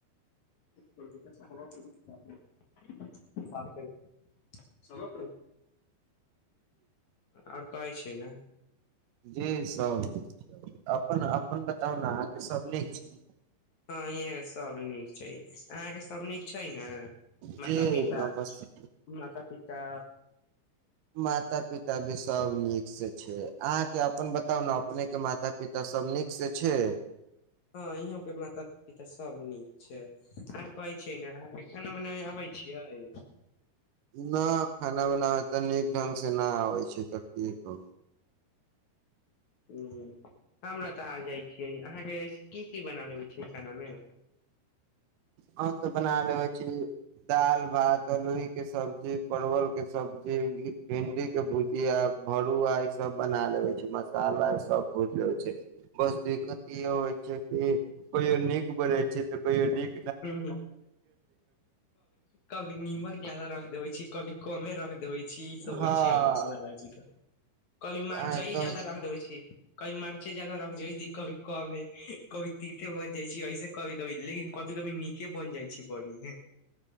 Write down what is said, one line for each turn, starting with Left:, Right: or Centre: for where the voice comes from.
Left: <unintelligible> सरत आओर कई छै न।
Right: जी सभ, अपन-अपन बताउ न, अहाँके सभ नीक छै।
Left: हँ, इहाँके सभ नीक छै, अहाँके सभ नीक छै न,
Right: जी
Left: माता-पिता,
Right: नमस्ते
Left: माता-पिता
Right: माता-पिता भी सभ नीक सँ छै, अहाँके अपन बताउ न अपने के माता-पिता सभ नीक सँ छै।
Left: हँ, ईहऊ के माता-पिता सभ नीक छै, आर कहै छियै ने अहाँके खाना बनाबय आवे छियै।
Right: ना, खाना बनाबै तऽ नीक ढङ्ंगसँ नहि आबै छै तऽ की कहू।
Left: ह्म हमरा तऽ आ जाइ छियै, अहाँके की की बना लेबै छिय खाना मे।
Right: हम तऽ बना लेबे छी, दाल, भात, अोइ के सब्जी, परवल के सब्जी, भिंडी के भुजी, आ भरुआ ई सब बना लेवे छी, मसाला सब भूज लेब छी, बस दिक्कत इहो होइ छै कि कहियो नीक बनै छै त कहियो निक
Left: क कभी निमक ज्यादा रख देब छी, कभी कोमे रख दे होइ चीज सब
Right: हँ
Left: होय छै, <unintelligible> कभी मारचाइ
Right: अहाँ एकदम
Left: जादा रख देबै छी। कभी मर्चे जादा रख जेएती, कभी कमे, कभी तीते बन जाय छी, ऐसे कभी-कभी लेकिन कभी नीके बन जाइ छी बढ़िए।